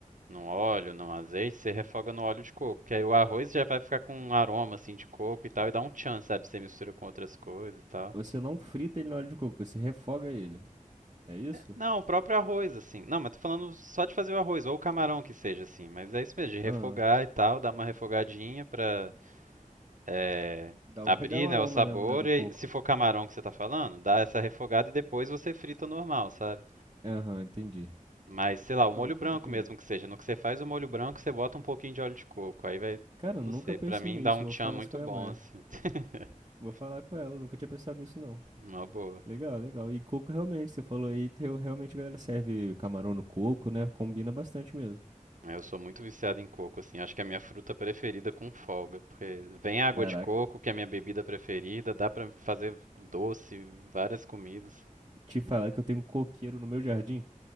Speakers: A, on the right (about 70°); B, on the right (about 30°).
A: No óleo, no azeite, você refoga no óleo de coco. Que aí o arroz já vai ficar com um aroma assim de coco e tal, e dá um tchan, sabe? Você mistura com outras coisas e tal.
B: Você não frita ele no óleo de coco, você refoga ele. É isso?
A: Não, o próprio arroz, assim. Não, mas tô falando só de fazer o arroz, ou o camarão que seja, assim. Mas é isso mesmo, de refogar
B: Ah,
A: e tal, dar uma refogadinha pra é,
B: dá
A: abrir,
B: o pegar o aroma
A: né, o sabor.
B: mesmo, né, do
A: E
B: coco.
A: se for camarão que você tá falando, dá essa refogada e depois você frita normal, sabe?
B: Aham, entendi.
A: Mas, sei lá, o
B: Não,
A: molho
B: pode
A: branco
B: crer.
A: mesmo que seja. No que você faz o molho branco, você bota um pouquinho de óleo de coco. Aí vai,
B: Cara,
A: não
B: eu nunca
A: sei,
B: pensei
A: pra mim
B: nisso.
A: dá um
B: Vou
A: tchan
B: falar
A: muito
B: isso com a
A: bom,
B: minha mãe.
A: assim. <laughs>
B: Vou falar com ela, nunca tinha pensado nisso, não.
A: Uma boa.
B: Legal, legal. E coco realmente, você falou aí, teu- realmente a galera serve camarão no coco, né? Combina bastante mesmo.
A: É, Eu sou muito viciado em coco, assim. Acho que é a minha fruta preferida com folga. Porque vem água
B: Caraca,
A: de coco, que é a minha bebida preferida. Dá pra fazer doce, várias comidas.
B: te falar que eu tenho um coqueiro no meu jardim.